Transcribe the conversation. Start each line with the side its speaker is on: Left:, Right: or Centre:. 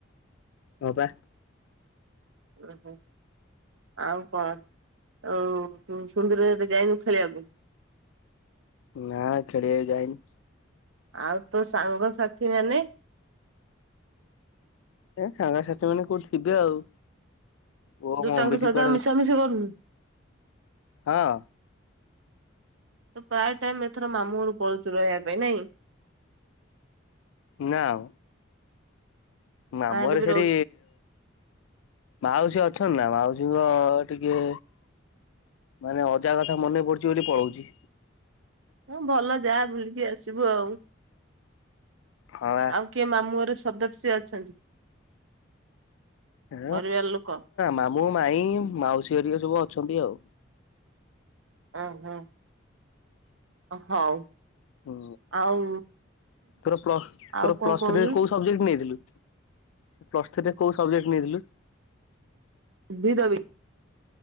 Left: ହ ବା।
Right: ଓହୋ ଆଉ କଣ ଆଉ ସୁନ୍ଦର ଯାଇନୁ ଖେଲିବାକୁ।
Left: ନା ଖେଳିଇ ଯାଇନି।
Right: ଆଉ ତୋ ସାଙ୍ଗସାଥି ମାନେ।
Left: ଏ ସାଙ୍ଗସାଥି ମାନେ କୋଉଠି ଥିବେ ଆଉ। ଓ
Right: ତୁ
Left: ମୋ
Right: ତାଙ୍କ
Left: ଅମ୍ବିତ
Right: ସହିତା
Left: କୁଆଡେ
Right: ମିଶାମିଶି କରୁନୁ।
Left: ହଁ।
Right: ତ ପ୍ରାୟ ଟାଇମ ଏଥର ମାମୁଁ ଘରୁକୁ ପଳଉଛୁ ରହିବା ପାଇଁ ନାଇଁକି?
Left: ନାମ। ମାମୁଁ
Right: ଗାଁରେ
Left: ଘରେ
Right: ବି
Left: ସେଠି
Right: ରହୁଛୁ।
Left: ମାଉସି ଅ ଅଛନ୍ ନା ମାଉସୀଙ୍କ ଟିକେ ମାନେ ଅଜା କଥା ମନେ ପଡୁଚ ବୋଲି ପଳଉଛି।
Right: ହଁ ଭଲ ଯାହା ବୁଲିକି ଆସିବୁ ଆଉ।
Left: ହଁ ବା
Right: ଆଉ କେ ମାମୁଁ ଘରେ ସଦସ୍ୟ ଅଛନ୍ତି?
Left: ଏ
Right: ପରିବାର ଲୋକ?
Left: ମାମୁଁ ମାମୁଁ ମାଇ ମାଉସୀ ହେରିକା ସବୁ ଅଛନ୍ତି ଆଉ।
Right: ହ ହଁ। ହଉ।
Left: ହୁ
Right: ଆଉ
Left: ତର ପ୍ଲ
Right: ଆଉ
Left: ତୋର
Right: କଣ
Left: ପ୍ଲସ୍
Right: କହୁନୁ
Left: ଥ୍ରୀରେ କୋଉ ସବଜେକ୍ଟ ନେଇଥିଲୁ? ପ୍ଲସ୍ଥିଥ୍ରୀରେ କୋଉ ସବଜେକ୍ଟ ନେଇଥିଲୁ?
Right: ଭ ଦବି